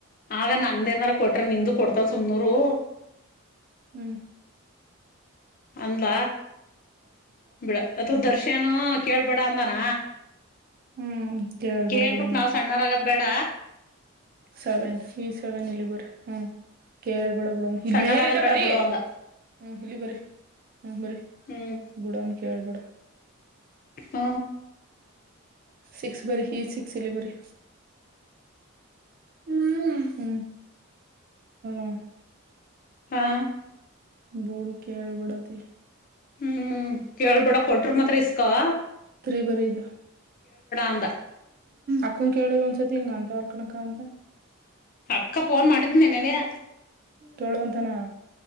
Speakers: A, on the left; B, on the right.
A: ಆಗ ನಂದ ಏನಾರ ಕೊಟ್ರ ನಿಂದು ಕೊಡ್ತವ ಸುಮ್ನೂರು
B: ಹ್ಮ್
A: ಅಂದಲ ಬಿಡ ಅಥವಾ ದರ್ಶನ ಕೇಳ್ಬೇಡ ಅಂದಾನ
B: ಹ್ಮ್ ಕೇಳ್ಬೇಡ
A: ಕೇಳ್ಬಿಟ್
B: ಬಿಡ ಮತ್ಲ
A: ನಾವ್ ಸಣ್ಣಾರಗದ ಬೇಡ
B: ಸೆವೆನ್ ಈ ಸೆವೆನ್ ಇಲ್ಲಿ ಬರ ಹ್ಮ್ ಕೇಳ್ಬೇಡ ಬಿಡ ಇಲ್
A: ಸಣ್ಣರಾಗದ್
B: ಮೇನಿಂದ
A: ಬೇಡ
B: ಬರಿ
A: ಬಿಡು ಅಂದ
B: ಹ್ಮ್ ಇಲಿ ಬರಿ ಹ್ಮ ಬರ
A: ಹ್ಮ್
B: ಗುಡಮ ಕೇಳ್ಬೇಡ
A: ಹ
B: ಸಿಕ್ಸ್ ಬರಿ ಹಿ ಸಿಕ್ಸ್ ಇಲ್ಲಿ ಬರಿ ನ ಹ್ಮ ಅ <inaudible>
A: ಹಾ
B: ಬೂಡು ಕೇಳ್ಬೇಡ ಆತಗಿ
A: ಹ್ಮ್ ಕೇಳ್ಬೇಡ ಕೊಟರು ಮಾತ್ರ ಇಸ್ಕಾವ
B: ಬರಿ ಬರಿ ಇದು
A: ಅಂದ
B: ಅಕ್ಕುಕೇಳು ಒಂದ್ಸಲಿ ಸತಂಗ ಅಂತ ಅವರ್ ಕಣಕ್ಕ ಅಂತ
A: ಅಕ್ಕ ಫೋನ್ ಮಾಡಿದ್ಲು ನೆನ್ನೆಯ
B: ಕೇಳುವಂತನ